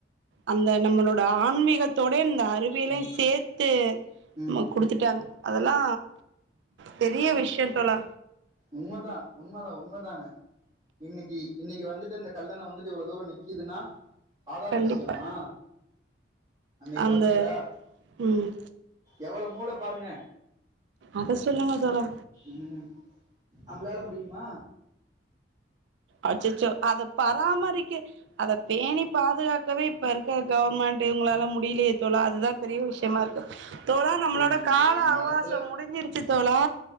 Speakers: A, on the right; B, on the right.
A: அந்த நம்மளோட ஆன்மீகத்தோடே உண்மைலியே
B: ம்
A: சேத்து
B: ம்
A: ஆமா குடுத்துட்டாங்க அதெல்லா பெரிய விஷ்ய தோழா
B: உண்மதா உண்மதா உண்மதாங்க இன்னைக்கி இன்னைக்கி வந்துட்டு அந்த கல்லண வந்துட்டு இவ்ளோ தூரோ நிக்கிதுன்னா சாதாரண
A: கண்டிப்பா
B: விஷியமா அன்னைக்கு
A: அந்த
B: பாத்தீங்களா
A: ம்
B: எவளோ மூள பாருங்க
A: அத சொல்லுங்க தோழா
B: ம் நம்பளால முடியுமா
A: அச்சச்சோ அத பராமரிக்க அத பேணி பாதுகாக்கவே இப்ப இருக்க கவுவர்மெண்ட் இவுங்களால முடியிலியே தோழா அதுதா பெரிய விஷியமா இருக்கு தோழா நம்மளோட
B: தெரிஞ்சுக்கங்க
A: கால
B: இந்த
A: அவகாசோ
B: காலத்துல
A: முடிஞ்சிருச்சி தோழா